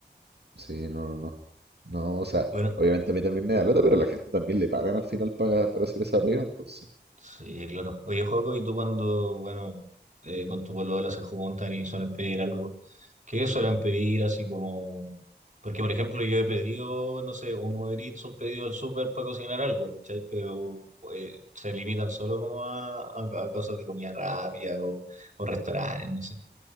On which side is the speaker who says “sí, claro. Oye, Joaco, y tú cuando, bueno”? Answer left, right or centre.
Right